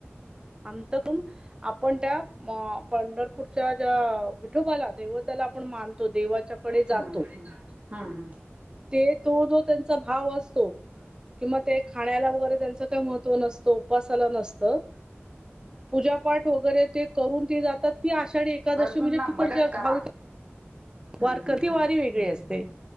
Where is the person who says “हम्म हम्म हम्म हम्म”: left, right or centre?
Right